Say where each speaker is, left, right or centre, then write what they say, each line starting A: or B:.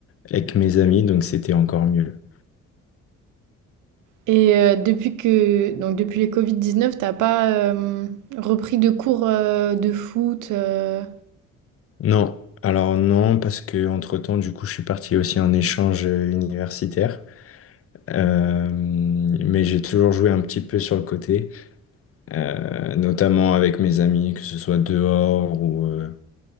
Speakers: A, on the left; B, on the right.
A: avec mes amis, donc c'était encore mieux.
B: Et euh, depuis que donc depuis les covid dix neuf t'as pas euh, repris de cours euh, de foot euh,
A: Non, alors non, parce que entre-temps, du coup, je suis parti aussi en échange euh, universitaire. Euh, mais j'ai toujours joué un petit peu sur le côté, euh, notamment avec mes amis, que ce soit dehors ou, euh,